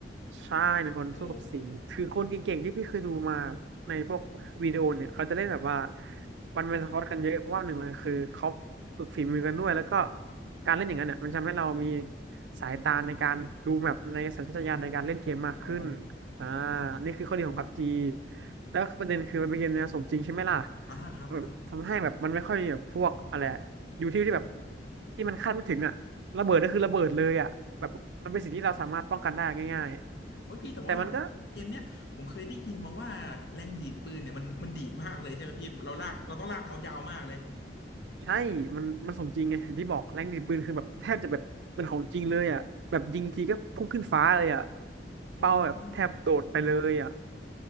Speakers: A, on the right (about 80°); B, on the left (about 70°).
A: ใช่ในคนสู้กับสีคือคนเก่งๆที่พี่เคยดูมา
B: โอ้โห
A: ในพวกวิดีโอเนี่ยเขาจะเล่นแบบว่ามันเป็นสควอตกันเยอะเพราะว่าหนึ่งเลยคือเขาฝึกฝีมือกันด้วยแล้วก็การเล่นอย่างนั้นเนี่ยมันทำให้เรามีสายตาในการดูแมปในสัญชาตญาณในการเล่นเกมมากขึ้น
B: อ๋อ
A: อ่านี่คือข้อดีของพับจีแล้วประเด็นคือมันเป็นเกมแนวสมจริงใช่ไหมล่ะ
B: อ่าครับครับ
A: แบบทำให้แบบมันไม่ค่อยแบบพวกอะไรอะอยู่ที่ที่แบบที่มันคาดไม่ถึงอะระเบิดก็คือระเบิดเลยอะแบบมันเป็นสิ่งที่เราสามารถป้องกันได้ง่าย
B: โอ้ยพี่แต่ว่า
A: แต่มันก็
B: เกมเนี้ยผมเคยได้ยินมาว่าแรงดีดปืนเนี่ยมันมันดีดมากเลยใช่ไหมพี่เราลากเราต้องลากเมาส์ยาวมากเลย
A: ใช่ มันมันสมจริงไงอย่างที่บอกแรงดีดปืนคือแบบแทบจะแบบเป็นของจริงเลยอ่ะแบบยิงทีก็พุ่งขึ้นฟ้าเลยอ่ะเป้าแบบแทบโดดไปเลยอ่ะ
B: อ๋อ